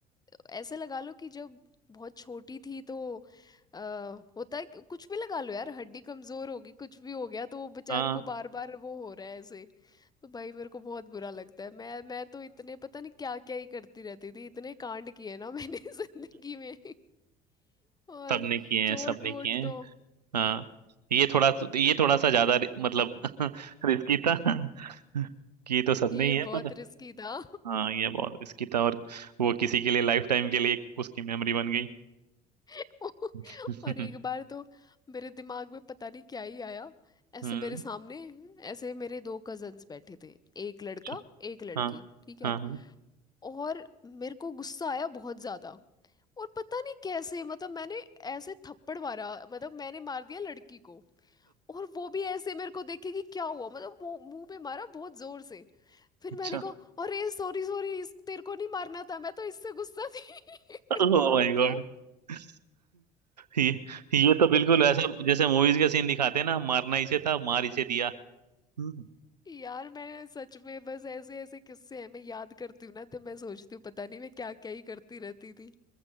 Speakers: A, on the left (about 20°); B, on the right (about 85°).
A: ऐसे लगा लो कि जब बहुत छोटी थी तो आ, होता है कि- कुछ भी लगा लो यार हड्डी कमजोर होगी कुछ भी हो गया तो वो बेचारे
B: हाँ
A: को बार बार वो हो रहा है ऐसे तो भाई मेरे को बहुत बुरा लगता है मैं मैं तो इतने पता नहीं क्या क्या ही करती रहती थी इतने कांड किए ना मैंने <laughs> जिंदगी में और
B: सबने किए
A: चोट
B: हैं सबने
A: वोट
B: किए हैं
A: तो
B: हाँ ये थोड़ा ये थोड़ा सा ज्यादा रि- मतलब <laughs> रिस्की था <laughs> कि ये तो सबने
A: ये
B: ही है
A: बहुत
B: पर
A: भाई रिस्की था
B: हाँ ये बहुत रिस्की था और वो किसी के लिए लाइफ टाइम के लिए एक उसकी मेमोरी बन गई
A: <laughs>
B: <laughs>
A: और एक बार तो मेरे दिमाग में पता नहीं क्या ही आया ऐसे
B: हम्म
A: मेरे सामने ऐसे मेरे दो कजन्स बैठे थे एक लड़का
B: अच्छा,
A: एक लड़की
B: हाँ
A: ठीक है
B: हाँ हाँ
A: और मेरे को गुस्सा आया बहुत ज्यादा और पता नहीं कैसे मतलब मैंने ऐसे थप्पड़ मारा मतलब मैंने मार दिया लड़की को और वो भी ऐसे मेरे को देखे कि क्या हुआ मतलब वो मुंह पे मारा बहुत जोर से फिर
B: अच्छा
A: मैंने कहा अरे सॉरी सॉरी इस तेरे को नहीं मारना था मैं तो इससे गुस्सा थी <laughs>
B: ओह माय
A: मतलब
B: गॉड <laughs> ये ये तो बिल्कुल
A: मतलब
B: ऐसा जैसे मूवीज का सीन दिखाते हैं ना मारना इसे था मार इसे दिया <laughs>
A: यार मैंने सच में बस ऐसे ऐसे किस्से हैं मैं याद करती हूँ ना तो मैं सोचती हूँ पता नहीं मैं क्या क्या ही करती रहती थी